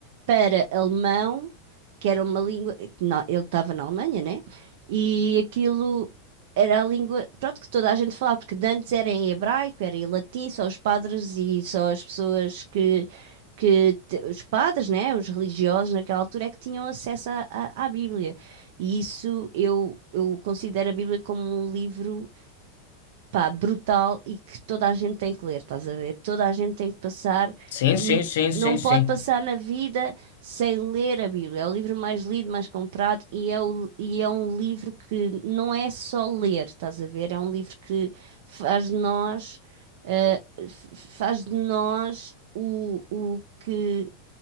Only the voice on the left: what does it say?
Sim,
sim, sim,
sim, sim.